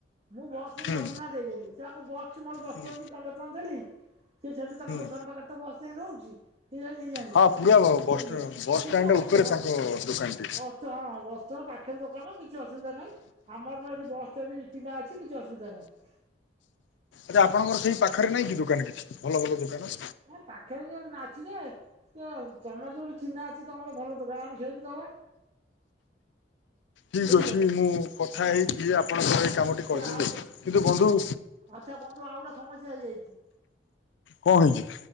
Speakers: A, on the right (about 35°); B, on the left (about 80°).
A: ମୁଁ ବସ ରେ
B: ହୁଁ
A: ଲଦିକିନା ଦେଇଦେଲି ସେ ବସ୍ ଟି ମୋର ଦଶ
B: ହୁଁ
A: ଟଙ୍କା କି ପନ୍ଦରଟଙ୍କା ଟଙ୍କା ଦେଲି ସେ ସେଠୁ ତାଙ୍କ
B: ହୁଁ।
A: ଦୋକାନ ପାଖରେ ତ ବସ ଯାଇ ରହୁଚି ସେ ଯାଇ ଘିନିଆଣିବେ
B: ହଁ ପୁରା ବସ୍
A: ବୁଝିଲ କି।
B: ବସ୍
A: କିଛି
B: ଷ୍ଟାଣ୍ଡ
A: ଅସୁୁ
B: ଉପରେ
A: ଅସୁ
B: ତାଙ୍କ ଦୋକାନଟି।
A: ଅସୁବିଧା ହବନି ତ ପାଖରେ ଦୋକାନ କିଛି ଅସୁବିଧା ନାହିଁ ଆମର ଏଠି ବସ ରେ ଵି ଚହ୍ନା ଅଛି କିଛି ଅସୁବିଧା ନାହିଁ।
B: ଆରେ ଆପଣଙ୍କର ସେଇ ପାଖରେ ନାଇଁ କି ଦୋକାନ କିଛି ଭଲ ଭଲ ଦୋକାନ
A: ନାଁ ପାଖରେ ଯେ ନା ଅଛି ଯେ ତୁମର ଯେଉଁଠି ଚିହ୍ନା ଅଛି ତମର ଭଲ ଦୋକାନ ଆମେ ସେଇଠି ଦବା।
B: ଠିକ୍
A: ବୁଝିଲ
B: ଅଛି
A: କି
B: ମୁଁ କଥା
A: ହଁ।
B: ହେଇକି ଆପଣଙ୍କର ଏଇ
A: ଶୁଣ
B: କାମଟି
A: ସେ
B: କରିଦେଵି
A: ଆଉ
B: କିନ୍ତୁ ବନ୍ଧୁ
A: ଆଚ୍ଛା ବନ୍ଧୁ ଆଉ ଗୋଟେ ସମସ୍ୟା ହେଇଯାଇଚି।
B: କଣ ହେଇଚି?